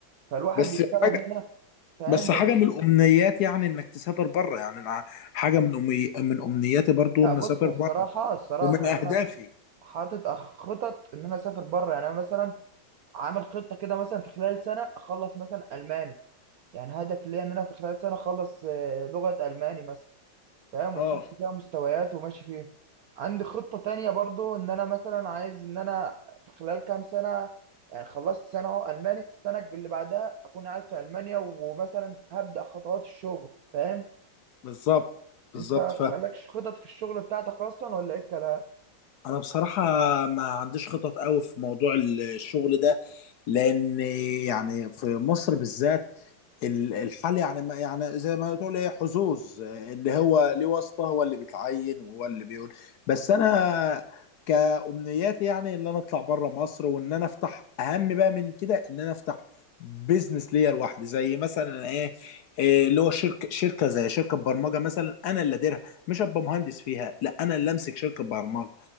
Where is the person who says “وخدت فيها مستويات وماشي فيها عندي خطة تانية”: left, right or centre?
Right